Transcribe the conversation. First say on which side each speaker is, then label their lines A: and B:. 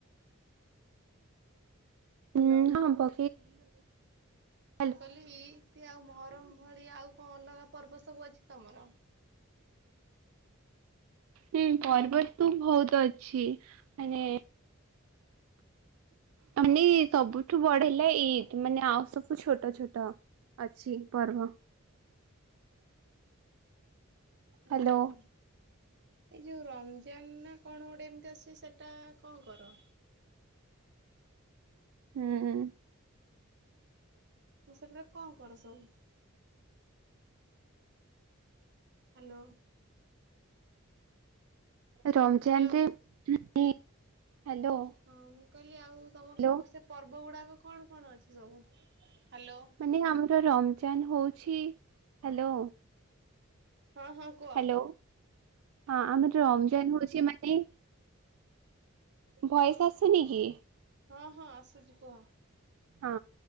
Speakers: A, on the right (about 55°); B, on the right (about 85°).
A: ହ୍ୟାଲୋ।
B: ହୁଁ ହଁ <unintelligible>
A: ମୁଁ କହିଲି ଇଦ୍ ଆଉ ମହରମ୍ ଭଳିଆ ଆଉ କଣ ଅଲଗା ପର୍ବ ସବୁ ଅଛି ତମର?
B: ହୁଁ ପର୍ବତ ତୁ ବହୁତ ଅଛି। ମାନେ ମାନେ ସବୁଠୁ ବଢ଼ ହେଲା ଇଦ୍। ମାନେ ଆଉ ସବୁ ଛୋଟ ଛୋଟ। ଅଛି ପର୍ବ। ହ୍ୟାଲୋ
A: ଓ ହୋ। ଏଇ ଯୋଉ ରମ୍ ଜାନ୍ ନା କଣ ଗୋଟେ ଏମିତି ଆସୁଚି ସେଟା କଣ କର?
B: ହୁଁ ଉ
A: ତ ସେଥିରେ କଣ କର ସବୁ? ହାଲୋ।
B: ରମ୍ଜାନ୍
A: ହ୍ୟାଲୋ
B: ରେ <unintelligible> ହ୍ୟାଲୋ
A: ହଁ ମୁଁ କହିଲି। ଆଉ ତମର
B: ହ୍ୟାଲୋ
A: ସବୁ ସେ ପର୍ବ ଗୁଡ଼ାକ କଣ କଣ ଅଛି ସବୁ ହାଲୋ
B: ମାନେ ଆମର ରମ୍ଜାନ୍ ହଉଛି। ହ୍ୟାଲୋ
A: ହଁ ହଁ। କୁହ
B: ହାଲୋ ହଁ ଆମର ଯୋଉ ଆମ୍ଜାନ୍ ହଉଛି ମାନେ ଭଏଶ୍ ଆସୁନିକି?
A: ହଁ ହଁ ଆସୁଚି କୁହ
B: ହଁ